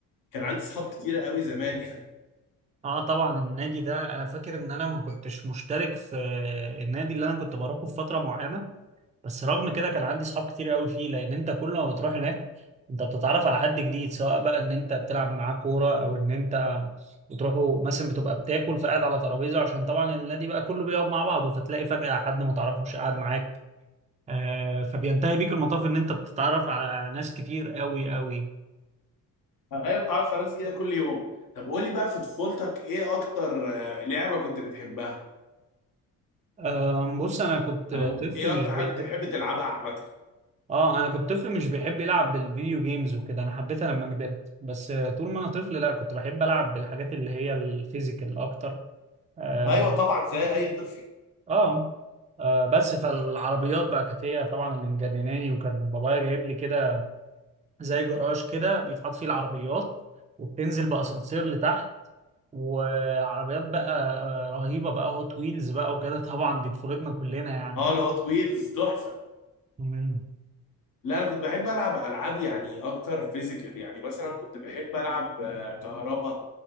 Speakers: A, on the left; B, on the right.
A: كان عندي صحاب كتير قوي زمان يعني
B: اه طبعا النادي ده انا فاكر ان انا ما كنتش مشترك في النادي اللي انا كنت بروحه في فترة معينة بس رغم كده كان عندي صحاب كتير قوي فيه لان انت كل ما بتروح هناك انت بتتعرف على حد جديد سواء بقى ان انت بتلعب معاه كوره او ان انت بتروحوا مثلا بتبقى بتاكل فقاعد على ترابيزه عشان طبعا النادي بقى كله بيقعد مع بعضه فتلاقي فجاه حد ما تعرفوش قاعد معاك آه فبينتهي بيك المطاف ان انت بتتعرف على ناس كتير قوي قوي
A: ايوه بتعرف على ناس كده كل يوم طب قول لي بقى في طفولتك ايه اكتر آه، لعبة كنت بتحبها
B: أم، بص انا كنت
A: او
B: طفل
A: ايه اكتر
B: مش بيحب
A: حاجة كنت بتحب تلعبها عامة
B: اه انا كنت طفل مش بيحب يلعب بالفيديو جيمز وكده انا حبيتها لما كبرت بس آه، طول ما انا طفل لا كنت بحب العب بالحاجات اللي هي الفيزيكال اكتر اه,
A: ايوه طبعا زي اي طفل
B: آه. آه بس فالعربيات بقى كانت هي طبعا اللي مجنناني وكان بابايا جايب لي كده زي جراج كده بيتحط فيه العربيات وبتنزل بأسانسير لتحت وعربيات بقى آه، رهيبة بقى هوت ويلز بقى وكده <laughs> طبعا دي طفولتنا كلنا يعني
A: اه الهوت ويلز تحفة
B: مم.
A: لا انا كنت بحب العب العاب يعني اكتر فيزيكال يعني مثلا كنت بحب العب آه، كهربا